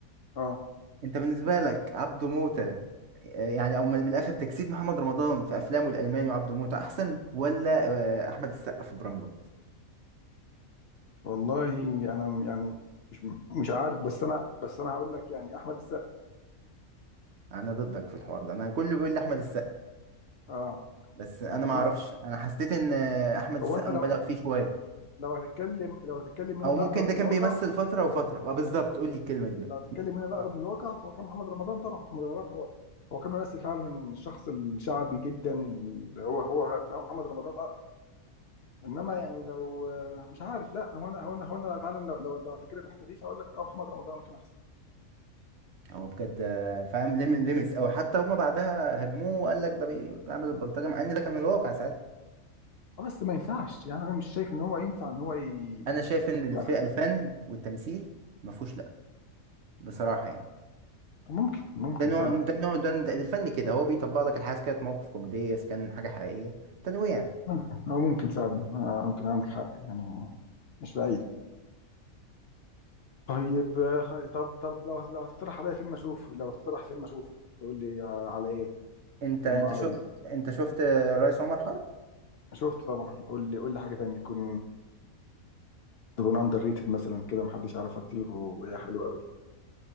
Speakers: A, on the left (about 60°); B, on the right (about 60°).
A: اه
B: انت بالنسبه لك عبده موته آه، يعني او من من الاخر تجسيد محمد رمضان في افلامه الالماني وعبده موته احسن ولا آه، احمد السقا في براملت
A: والله انا م- يعني مش مش عارف بس انا بس انا هقول لك يعني احمد السقا
B: انا ضدك في الحوار ده انا كله بيقول لي احمد السقا
A: اه
B: بس انا
A: يعني
B: ما
A: انا
B: اعرفش انا حسيت ان آه، احمد السقا
A: هو انت
B: مبالغ
A: لو
B: فيه شويه
A: لو هتتكلم لو هتتكلم مين
B: او
A: الاقرب
B: ممكن ده كان
A: للواقع
B: بيمثل فتره وفتره آه، بالظبط قول لي الكلمه دي بقى
A: لو هتتكلم مين الاقرب
B: آه.
A: للواقع فهو كان محمد رمضان طبعا محمد رمضان هو هو كان ممثل فعلا الشخص الشعبي جدا اللي هو هو هو محمد رمضان اقرب انما يعني لو مش عارف لا هو انا هو انا هو انا فعلا لو لو لو هتكلم من الحته دي فاقول لك اه محمد رمضان كان احسن
B: هو بجد آه، فاهم لم- لمس او حتى هما بعدها هجموه وقال لك ده بي- بيعمل البلطجه مع ان ده كان الواقع ساعتها
A: اه بس ما ينفعش يعني انا مش شايف ان هو ينفع ان هو ي...
B: انا شايف ان
A: يعني
B: الفئه الفن والتمثيل ما فيهوش لا بصراحه يعني
A: ممكن ممكن
B: ده نوع
A: فعلا
B: ده نوع ده ده الفن كده هو بيطبق لك الحاجه إذا كانت موقف كوميديا إذا كان حاجه حقيقيه تنويع
A: ممكن هو ممكن فعلا آه، ممكن عندك حق يعني مش بعيد طيب آه، خ- طب طب لو لو هتقترح عليا فيلم اشوفه لو تقترح فيلم اشوفه تقول لي على, على ايه
B: انت
A: فيلم
B: انت
A: عربي
B: شو انت شفت الرئيس عمر حرب
A: شفته طبعا قول لي قول لي حاجه تانية تكون تكون اندر ريتد مثلا كده محدش يعرفها كتير وهي حلوه قوي